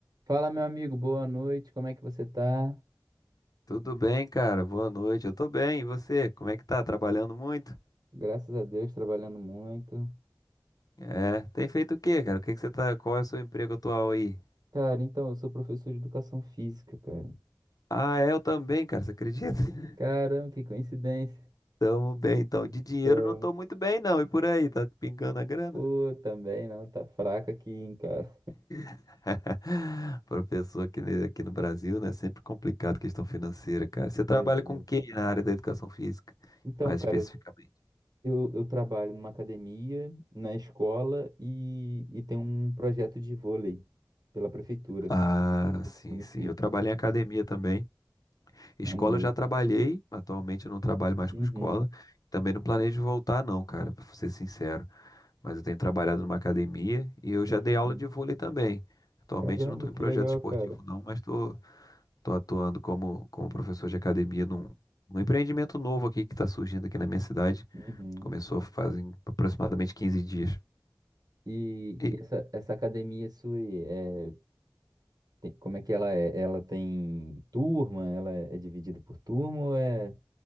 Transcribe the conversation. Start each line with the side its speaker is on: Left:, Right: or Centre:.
Right: Fala, meu amigo, boa noite. Como é que você tá?
Left: Tudo bem, cara? Boa noite. Eu tô bem. E você? Como é que tá? Trabalhando muito?
Right: Graças a Deus, trabalhando muito.
Left: É. Tem feito o quê, cara? O que que você tá? Qual é o seu emprego atual aí?
Right: Cara, então, eu sou professor de educação física, cara.
Left: Ah, é, eu também, cara. Você acredita? <laughs>
Right: Caramba, que coincidência.
Left: Tamo bem, então. De dinheiro
Right: Então,
Left: não tô muito bem, não. E por aí? Tá pingando a grana?
Right: pô, também não, tá fraca aqui, hein, cara.
Left: <laughs> Professor aqui, ne- aqui no Brasil, né? É Sempre complicado questão financeira, cara. Você trabalha
Right: <laughs> Exato.
Left: com quem na área da educação física?
Right: Então,
Left: Mais
Right: cara,
Left: especificamente.
Right: eu, eu, eu trabalho numa academia, na escola e, e tem um projeto de vôlei pela prefeitura
Left: Ah,
Right: aqui
Left: sim,
Right: do município.
Left: sim. Eu trabalho em academia também. Escola
Right: Maneiro.
Left: eu já trabalhei, atualmente eu não trabalho mais
Right: Uhum.
Left: com escola. Também não planejo voltar, não, cara, pra ser sincero. Mas eu tenho trabalhado numa academia e eu
Right: Sim,
Left: já dei aula
Right: sim.
Left: de vôlei também. Atualmente
Right: Caramba,
Left: eu não estou
Right: que
Left: em projeto
Right: legal,
Left: esportivo,
Right: cara.
Left: não, mas estou tô, tô atuando como, como professor de academia num, num empreendimento novo aqui que está surgindo aqui na minha cidade.
Right: Uhum.
Left: Começou fazem aproximadamente 15 dias.
Right: E,
Left: E,
Right: e essa, essa academia sua, aí, é, tem- como é que ela é? Ela tem turma? Ela é é dividida por turma? Ou é